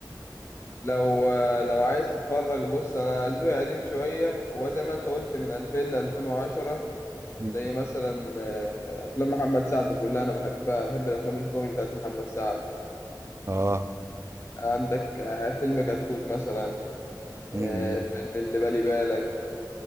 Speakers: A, on the left; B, on the right.
A: لو لو عايز تتفرج بص انا ذوقي قديم شويه هو زي ما انت قلت من 2000 ل 2010
B: مم.
A: زي مثلا آه، افلام محمد سعد كلها انا بحبها بحب الافلام الكوميدي بتاعت محمد سعد
B: اه
A: عندك آه، فيلم كتكوت مثلا آه،
B: امم
A: فيلم اللي بالي بالك